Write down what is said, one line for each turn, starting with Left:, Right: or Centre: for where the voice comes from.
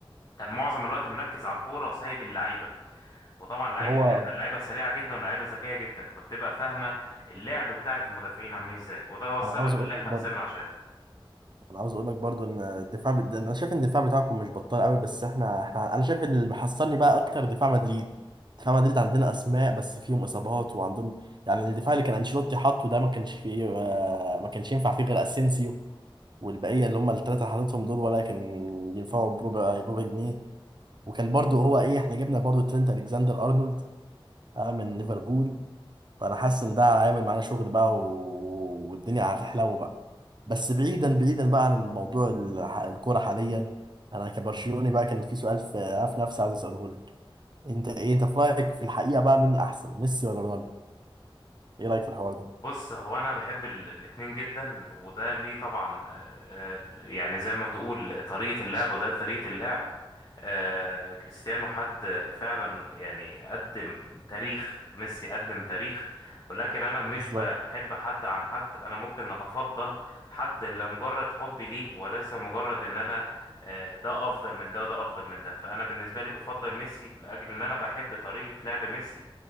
Left: كان معظم الوقت مركز على الكورة وسايب اللعيبة وطبعا لعيبه
Right: هو
Left: انتر لعيبه سريعه جدا ولعيبه ذكيه جدا فبتبقى فاهمه اللعب بتاعه المدافعين عاملين ازاي وده هو السبب
Right: انا عاوز اقول
Left: اللي
Right: لك
Left: احنا
Right: برضه
Left: خسرنا عشانه
Right: انا عاوز اقول لك برضو ان الدفاع بت... انا شايف ان الدفاع بتاعكم مش بطال قوي بس احنا احنا انا شايف ان اللي محصلني بقى اكتر دفاع مدريد دفاع مدريد عندنا اسماء بس فيهم اصابات وعندهم يعني الدفاع اللي كان انشيلوتي حاطه ده ما كانش فيه ما, ما كانش ينفع فيه غير اسينسيو والبقيه اللي هم الثلاثه اللي حاططهم دول ولا كان ينفعوا بربع بربع جنيه وكان برضو هو ايه احنا جبنا برضو ترينت الكسندر ارنولد آه، من ليفربول فانا حاسس ان ده هيعمل معانا شغل بقى و... والدنيا هتحلو بقى بس بعيدا بعيدا بقى عن الموضوع الح- الكوره حاليا انا كبرشلوني بقى كان في سؤال في في نفسي عايز اساله لك انت ايه انت في رايك في الحقيقه بقى مين الاحسن ميسي ولا رونالدو ايه رايك في الحوار ده
Left: بص هو انا بحب ال- الاتنين جدا وده ليه طبعا آه، آه، يعني زي ما تقول طريقه اللعب وده طريقه اللعب آه، كريستيانو حد فعلا يعني قدم تاريخ ميسي قدم تاريخ ولكن انا مش
Right: بالظبط
Left: بحب حد عن حد انا ممكن افضل حد لمجرد حبي ليه وليس مجرد ان انا آه، ده افضل من ده وده افضل من ده فانا بالنسبه لي بفضل ميسي لاجل ان انا بحب طريقه لعب ميسي